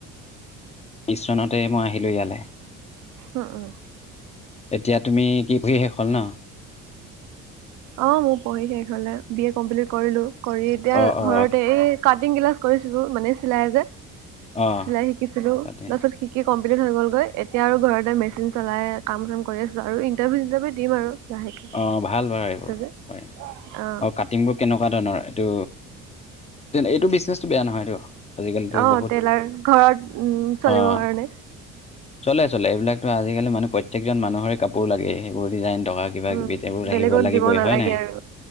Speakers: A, on the left (about 20°); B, on the right (about 70°).
A: <unintelligible> বিছ চনতে মই আহিলোঁ ইয়ালে।
B: উম, উম।
A: এতিয়া তুমি কি পঢ়িশেষ হল ন?
B: অ, মোৰ পঢ়ি শেষ হলে বি এ কমপ্লিট কৰিলো। কৰি এতিয়া
A: অঁ অঁ
B: ঘৰতে এই কাটিং ক্লাছ কৰিছিলো মানে চিলাই যে,
A: অঁ
B: চিলাই শিকিছিলো
A: তাতে
B: তাৰপিছত শিকি কমপ্লিট হৈ গলগৈ এতিয়া আৰু ঘৰতে মেচিন চলাই কাম চাম কৰি আছো আৰু ইন্টাৰভিউ চিন্টাৰভিউ দিম আৰু। <unintelligible>
A: অঁ ভাল কাটিংবোৰ
B: যে অ
A: কেনেকোৱা ধৰণৰ এইটো এইটো বিজনেচটো বেয়া নহয়তো, আজিকালিতো
B: অ
A: বহুত
B: টেইলাৰ ঘৰত উম চলিবৰ
A: অ'
B: কাৰণে
A: চলে চলে এইবিলাকতো আজিকালি মানুহ প্ৰত্যেকজন মানুহৰে কাপোৰ লাগে। সেইবোৰ ডিজাইন বা কিবা-কিবি
B: উম
A: এইবোৰ
B: বেলেগত
A: আহিব লাগিবই
B: দিব নালাগে
A: হয় নাই?
B: আৰু